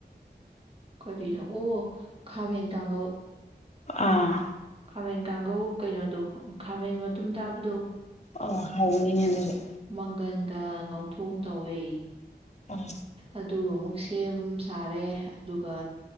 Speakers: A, on the right; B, on the left.
A: ꯀꯔꯤꯅꯣ ꯑꯣ ꯈꯥꯃꯦꯟ ꯀꯥꯡꯉꯧ
B: ꯑꯥ
A: ꯈꯥꯃꯦꯟ ꯀꯥꯡꯒꯧ ꯀꯩꯅꯣꯗꯣ ꯈꯥꯃꯦꯟ ꯃꯇꯨꯝ ꯇꯥꯕꯗꯣ
B: ꯑ ꯍꯥꯎꯕꯅꯤꯅꯦ ꯑꯗꯨꯁꯨ
A: ꯃꯪꯒꯟꯒ ꯉꯧꯊꯣꯡ ꯇꯧꯋꯦ
B: ꯑꯥ
A: ꯑꯗꯨ ꯑꯃꯨꯛ ꯁꯦꯝ ꯁꯥꯔꯦ ꯑꯗꯨꯒ